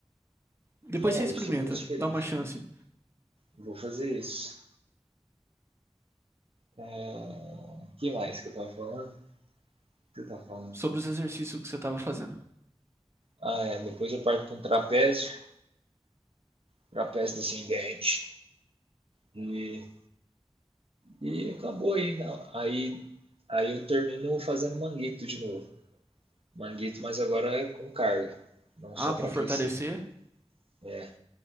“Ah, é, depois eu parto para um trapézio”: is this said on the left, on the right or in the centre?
Right